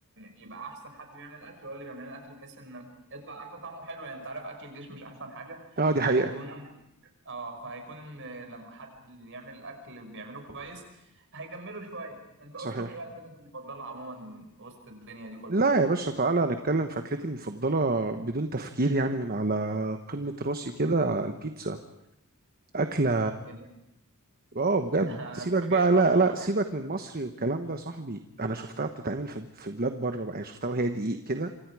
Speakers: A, on the right (about 60°); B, on the right (about 45°).
A: يبقى احسن حد بيعمل اكل هو اللي بيعمل الاكل بحيث ان يطلع الاكل طعمه حلو يعني انت عارف اكل الجيش مش احسن حاجة
B: اه دي
A: فهيكون
B: حقيقة
A: اه فهيكون ان لما حد اللي يعمل الاكل بيعمله كويس هيجمله شوية انت اصلا
B: صحيح
A: ايه اكلتك المفضلة عموما وسط الدنيا دي كلها
B: لا يا باشا تعالى نتكلم في أكلتي المفضلة بدون تفكير يعني من على قمة راسي كده البيتزا أكلة
A: ايه ده
B: اه بجد
A: <laughs> انا
B: سيبك
A: اتفاجئت
B: بقى لا
A: عموما
B: لا سيبك من المصري والكلام ده يا صاحبي أنا شفتها بتتعمل في في بلاد بره بقى يعني شفتها وهي دقيق كده